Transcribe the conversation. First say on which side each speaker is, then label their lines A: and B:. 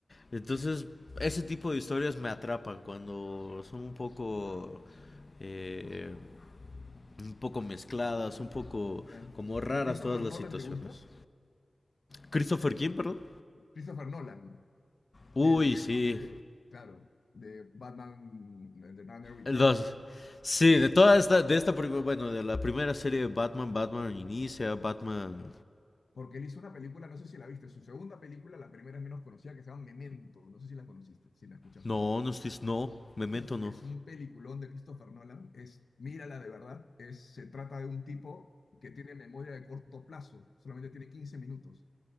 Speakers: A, on the left; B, on the left.
A: entonces ese tipo de historias me atrapan cuando son un poco... Eh, un poco mezcladas, un poco
B: Ya.
A: como raras
B: ¿Y Christopher
A: todas las
B: Nolan
A: situaciones.
B: te gusta?
A: Christopher King, perdón.
B: Christopher Nolan.
A: Uy,
B: el director
A: sí,
B: de, claro, de Batman, de Dark Knight Returns,
A: Los, Sí, de toda esta, de esta, prim- bueno, de la primera serie de Batman, Batman Inicia, Batman...
B: porque él hizo una película, no sé si la viste, su segunda película, la primera es menos conocida, que se llama Memento, no sé si la conociste, si la escuchaste.
A: No, no estoy, no, Memento
B: Uf,
A: no.
B: es un peliculón de Christopher Nolan, es, mírala de verdad, es, se trata de un tipo que tiene memoria de corto plazo, solamente tiene 15 minutos,